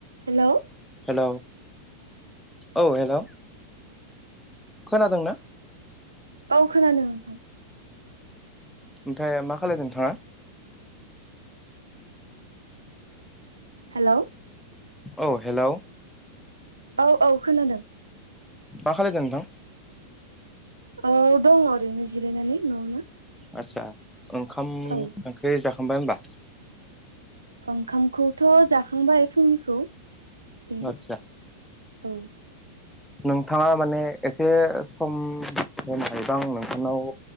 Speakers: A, on the right; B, in the centre.
A: हेल'
B: hello औ hello खोनादोंना?
A: औ खोनादों नोंथां
B: ओमफ्राय मा खालायदों नोंथाङा?
A: हेलौ
B: औ हेलौ
A: औ औ खोनादों
B: मा खालायदो नोंथां?
A: औ दङ ओरैनो जिरायनानै न'आवनो
B: आदसा ओंखाम
A: औ
B: ओंख्रि जाखांबाय होनबा?
A: ओंखामखौथ' जाखांबाय फुंनिखौ बिदिनो
B: आतसा
A: औ
B: नोंथाङा माने एसे सम होननायबां नोंथांनाव